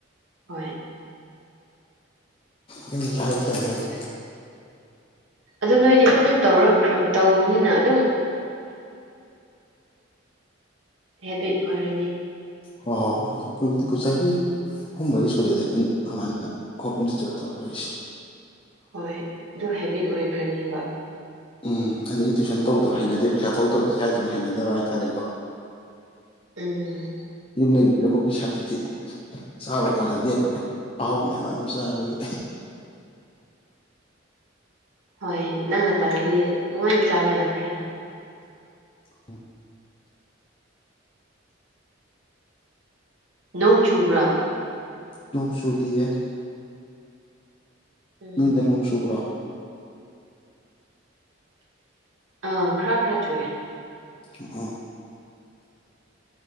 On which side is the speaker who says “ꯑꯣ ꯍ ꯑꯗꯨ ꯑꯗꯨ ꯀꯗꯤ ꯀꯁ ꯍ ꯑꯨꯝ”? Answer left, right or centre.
Left